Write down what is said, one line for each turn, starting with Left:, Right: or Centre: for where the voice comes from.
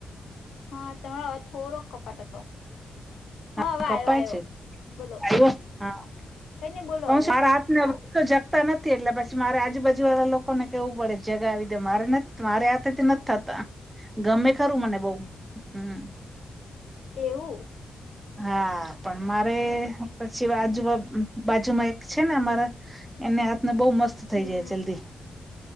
Left: હા તમારો થોડોક કપાટ હતો.
Right: હા
Left: હવે આવ્યો
Right: કપાય
Left: આવ્યો
Right: છે,
Left: બોલો
Right: આવો હા.
Left: કઈ નઈ બોલો
Right: કવ
Left: હવે
Right: સારા હાથ
Left: હા
Right: તોજ, તો નથી એટલે પછી મારે આજુબાજુ વાળા લોકોને કેવું પડે જગાવ દે મારે મારે હાથ નથી થતા, ગમે ખરું મને બઉ હું.
Left: એવું!
Right: હા, પણ મારે પછી વાજુમા બાજુમાં એક છે ને અમારા. એમને હાથના બહુ મસ્ત થઈ
Left: હમ
Right: જાય જલ્દી.